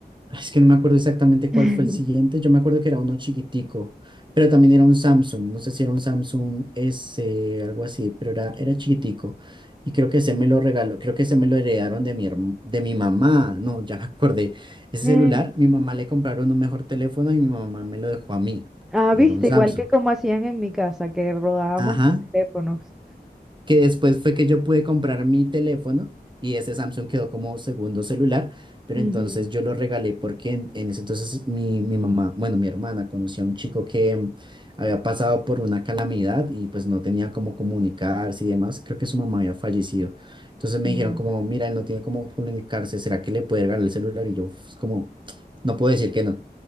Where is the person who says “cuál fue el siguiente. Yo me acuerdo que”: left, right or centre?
Right